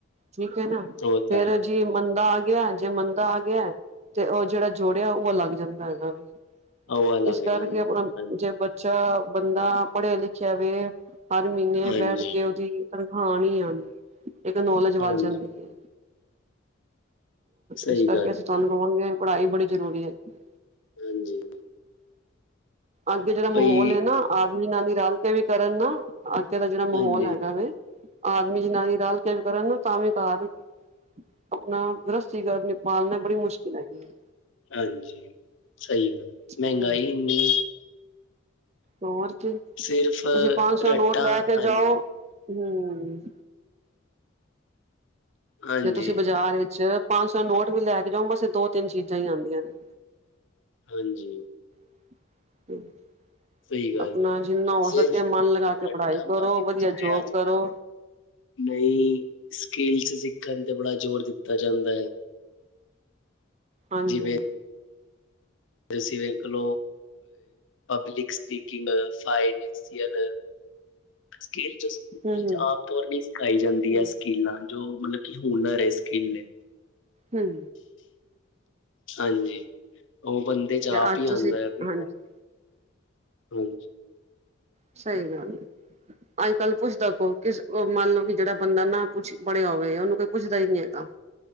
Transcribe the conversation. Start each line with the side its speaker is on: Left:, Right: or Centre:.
Right: ਠੀਕ ਐ ਨਾ
Left: ਉਹ ਤਾਂ
Right: ਫੇਰ।
Left: ਹੈ
Right: ਜੀ ਮੰਦਾ ਆ ਗਿਆ ਜੇ ਮੰਦਾ ਆ ਗਿਆ ਤੇ ਓ ਜਿਹੜਾ ਜੋੜਿਆ ਓ ਅਲੱਗ ਜਾਂਦਾ ਹੈਗਾ ਵੈ।
Left: ਹਵਾ ਲੱਗ
Right: ਇਸ ਕਰਕੇ
Left: ਜਾਂਦੀ ਏ।
Right: ਆਪਣਾ
Left: ਹਾਂਜੀ
Right: ਜੇ ਬੱ, ਚਾ ਬੰਦਾ ਪੜ੍ਹਿਆ ਲਿਖਿਆ ਵੇ ਹਰ ਮਹੀਨੇ
Left: ਹਾਂਜੀ
Right: ਬੈਠ ਕੇ ਓਹਦੀ, ਤਨਖਾਹ ਆਨੀ ਈ ਆਨੀ ਐ ਇੱਕ ਨੌਲਜ ਵੱਧ
Left: ਹਾਂਜੀ
Right: ਜਾਂਦੀ ਐ।
Left: ਸਹੀ
Right: ਇਸ ਕਰਕੇ
Left: ਗੱਲ
Right: ਅਸੀਂ ਤੁਹਾਨੂੰ ਕਵਾਂਗੇ ਪੜ੍ਹਾਈ ਬੜੀ ਜ਼ਰੂਰੀ ਹੈਗੀ ਐ।
Left: ਹਾਂਜੀ
Right: ਅੱਗੇ ਜਿਹੜਾ
Left: ਬਈ
Right: ਮਾਹੌਲ ਐ ਨਾ ਆਦਮੀ ਜਨਾਨੀ ਰਲ ਕੇ ਵੀ ਕਰਨ ਨਾ। ਅੱਗੇ ਦਾ ਜਿਹੜਾ ਮਾਹੌਲ
Left: ਹਾਂਜੀ
Right: ਹੈਗਾ ਵੈ। ਆਦਮੀ ਜਨਾਨੀ ਰਲ ਕੇ ਵੀ ਕਰਨ ਤਾਂ ਵੀ ਘਰ ਆਪਣਾ ਗ੍ਰਸਤੀ ਕਰਨੇ ਪਾਲਣੇ ਬੜੀ ਮੁਸ਼ਕਿਲ ਹੈਗੀ ਐ।
Left: ਹਾਂਜੀ, ਸਹੀ ਗੱਲ
Right: ਹੈ
Left: ਮਹਿੰਗਾਈ ਇੰਨੀ
Right: ਹੋਰ ਕੀ
Left: ਸਿਰਫ
Right: ਤੁਸੀਂ ਪੰਨ ਸੌ
Left: ਰੱਟਾਂ
Right: ਨੋਟ ਲੈ ਕੇ
Left: ਹਾਂਜੀ
Right: ਜਾਓ ਹੂੰ।
Left: ਹਾਂਜੀ
Right: ਜੇ ਤੁਸੀਂ ਬਾਜ਼ਾਰ ਵਿੱਚ ਪੰਨ ਸੌ ਨੋਟ ਵੀ ਲੈ ਕੇ ਜਾਓ ਬਸ ਦੋ ਤਿੰਨ ਚੀਜ਼ਾਂ ਹੀ ਆਂਦੀਆਂ ਨੇ।
Left: ਹਾਂਜੀ।
Right: <inaudible>
Left: ਸਹੀ ਗੱਲ
Right: ਆਪਣਾ ਜਿੰਨਾ ਹੋ
Left: ਸਿਰ
Right: ਸਕੇ
Left: ਫੱਟਾ
Right: ਮਨ ਲਗਾ ਕੇ ਪੜ੍ਹਾਈ
Left: ਮਾਰ
Right: ਕਰੋ
Left: ਕੇ <unintelligible>
Right: ਵਧੀਆ ਜੋਬ
Left: ਅੱਜ
Right: ਕਰੋ
Left: ਕੱਲ। ਨਈ ਸਕਿੱਲਸ ਸਿੱਖਣ ਤੇ ਬੜਾ ਜ਼ੋਰ ਦਿੱਤਾ ਜਾਂਦਾ ਹੈ
Right: ਹਾਂਜੀ
Left: ਜਿਵੇਂ ਤੁਸੀਂ ਵੇਖ ਲੋ ਪਬਲਿਕ ਸਪੀਕਿੰਗ ਫਾਈਨਿਕਸੀਅਨ ਸਕੀਲ ਚ ਸਕੂਲ
Right: ਹਮ
Left: ਵਿੱਚ ਆਮ ਤੌਰ ਨ ਸਿਖਾਈ ਜਾਂਦੀ
Right: ਹਮ
Left: ਹੈ ਸਕਿੱਲਾਂ ਜੋ ਮਤਲਬ ਕਿ ਹੁਨਰ ਹੈ ਸਕਿੱਲਏ
Right: ਹਮ
Left: ਹਾਂਜੀ ਉਹ ਬੰਦੇ ਚ
Right: ਤੇ
Left: ਆਪੀ
Right: ਅੱਜ
Left: ਆਉਂਦਾ
Right: ਤੁਸੀਂ
Left: ਆ ਵੀ
Right: ਹਾਂਜੀ
Left: ਹਾਂਜੀ।
Right: ਸਹੀ ਗੱਲ ਇਹ ਅੱਜ ਕੱਲ੍ਹ ਪੁੱਛਦਾ ਕੋ ਕਿਸ ਮੰਨਲਓ ਕਿ ਜਿਹੜਾ ਬੰਦਾ ਨਾ ਕੁਛ ਪੜਿਆ ਹੋਵੇ ਉਹਨੂੰ ਕੋਈ ਪੁੱਛਦਾ ਹੀ ਨਹੀਂ ਹੈਗਾ।